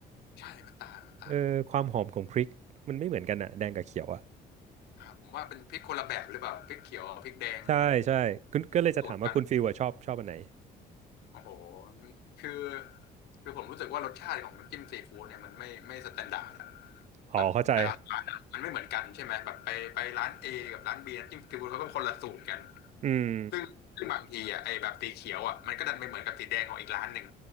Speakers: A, on the left (about 75°); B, on the right (about 45°).
A: ใช่มันต่างมันต่าง
B: เออความหอมของพริกมันไม่เหมือนกันน่ะแดงกับเขียวอะ
A: ครับผมว่าเป็นพริกคนละแบบหรือเปล่าพริกเขียวกับพริกแดง
B: ใช่ใช่คุณก็เลยจะถามว่าคุณฟิลอะชอบชอบอันไหน
A: สูตรกันโอ้โหคือคือผมรู้สึกว่ารสชาติของน้ำจิ้มซีฟู้ดเนี่ยมันไม่ไม่สแตนดาร์ดอะ
B: อ๋อเข้าใจ
A: แบบแต่ละร้านอะมันไม่เหมือนกันใช่ไหมแบบไปไปร้าน A กับร้าน B น้ำจิ้มซีฟู้ดเขาก็คนละสูตรกัน
B: อืม
A: ซึ่งซึ่งบางทีอ่ะไอ้แบบสีเขียวอ่ะมันก็ดันไปเหมือนกับสีแดงของอีกร้านหนึ่ง